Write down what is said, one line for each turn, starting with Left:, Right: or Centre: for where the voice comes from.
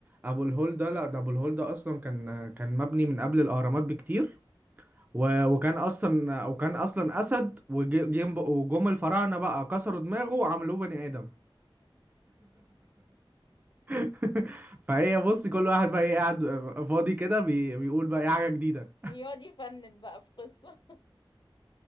Right: ابو الهول ده لا ده ابو الهول ده اصلا كان كان مبني من قبل الاهرامات بكتير و... وكان اصلا وكان اصلا اسد وجي- جيم- وجم الفراعنه بقى كسروا دماغه وعملوه بني ادم <laughs> فهي بص كل واحد بقى ايه قاعد فاضي كده بي... بيقول بقى ايه حاجه جديده
Left: يقعد يفنن بقى في قصه